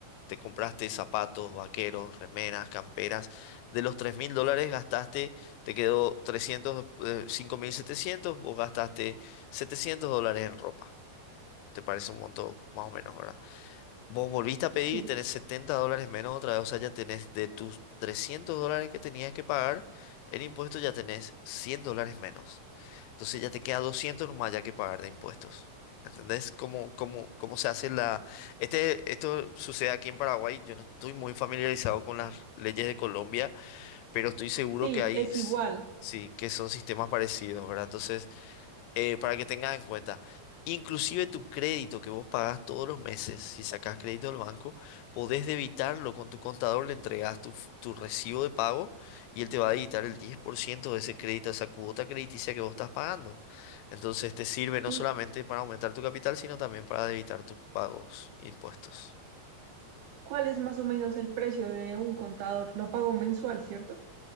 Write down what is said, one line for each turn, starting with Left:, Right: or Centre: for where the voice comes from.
Left: te compraste zapatos, vaqueros, remeras, camperas. De los tres mil dólares gastaste, te quedó 300, eh, 5.700 vos gastaste 700 dólares en ropa. Te parece un monto más o menos, ¿verdad? Vos volviste a pedir
Right: Sí,
Left: y tenés 70 dólares menos otra vez, o sea, ya tenés de tus 300 dólares que tenías que pagar en impuestos, ya tenés 100 dólares menos. Entonces ya te queda 200 nomás ya que pagar de impuestos. ¿Entendés cómo, cómo, cómo se hace la... Este, esto sucede aquí en Paraguay. Yo no estoy muy familiarizado con las leyes de Colombia, pero estoy seguro
Right: sí,
Left: que hay,
Right: es
Left: s-
Right: igual.
Left: sí, que son sistemas parecidos, ¿verdad? Entonces, eh, para que tengas en cuenta. Inclusive tu crédito que vos pagás todos los meses, si sacás crédito del banco, podés debitarlo con tu contador, le entregás tu, f- tu recibo de pago y él te va a debitar el 10% de ese crédito, esa cuota crediticia que vos estás pagando. Entonces te sirve no
Right: Y
Left: solamente para aumentar tu capital, sino también para debitar tus pagos, impuestos.
Right: ¿Cuál es más o menos el precio de un contador? Lo pago mensual, ¿cierto?